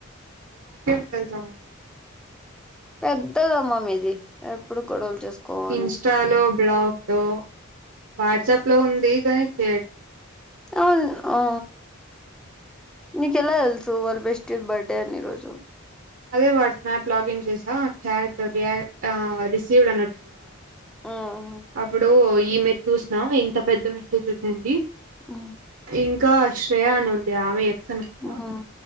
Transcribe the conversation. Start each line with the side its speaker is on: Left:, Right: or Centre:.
Right: ఆ కేం తెసాము
Centre: పెద్దదమ్మ మీది ఎప్పుడు గొడవలు చేసుకోవని
Right: ఇన్స్టాలో బ్లాగ లో వాట్సాప్ లో ఉంది కానీ చేయట్లేదు
Centre: అవు ఆ నీక ఎలా తెలుసు వరల్ బెస్ట్ బర్త్డే అని ఈ రోజు
Right: అదే స్నాప్ లాగిన్ చేసా చాట్ రియా రిసీవ్డ్ అని వచ్చిందీ
Centre: మ్మ్
Right: అప్పుడు ఈమెదీ చూసినా ఇంత పెద్ద మెసేజ్ ఉండింది
Centre: మ్మ్
Right: ఇంకా శ్రేయా అని ఉంది ఆమె ఎక్స్ అనుకుందా
Centre: మ్మ్